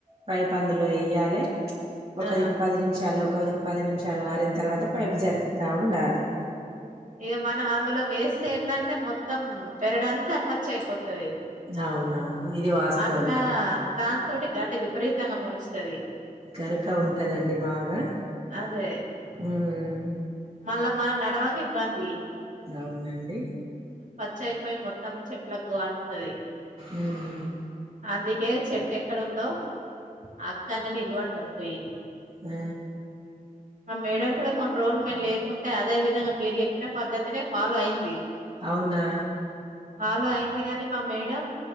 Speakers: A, on the right (about 45°); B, on the right (about 60°).
A: పైప్ అందులో వెయ్యాలె ఒకదిక్కు
B: ఆ
A: పదినిమిషాలు ఒకదికు పది నిమిషాలు వారిన తర్వాత పైపు జరుపుతా ఉండాలి
B: ఇగ మనం అందులో వేస్తే ఏందంటే మొత్తం పెరడంతా అప్పచ్చి అయిపో తది
A: అవునవును ఇది వాస్తవమే
B: అట్లా దాంతోటి గడ్డి వి పరీతంగా మొలుస్తది
A: గరక ఉంటదండి బాగా.
B: అదే
A: ఉమ్
B: మళ్ళా మనం నడావాంగా ఇబ్బంది.
A: అవునండి
B: చేయిపోయి మొత్తం చెప్పులకు అంటుతది.
A: ఉమ్
B: అందుక్ కే చెట్టు ఎక్కడ ఉందో. అక్కడనే నిలవడతం పోయి.
A: ఆ
B: మా మేడం కూడా కొన్ని రోలు మేము లేకుంటే. అదే విధంగా మీరు చెప్పిన, పద్ద్దతినే ఫాలో అయింది.
A: అవునా
B: ఫాలో అయింది కాని మా మేడం.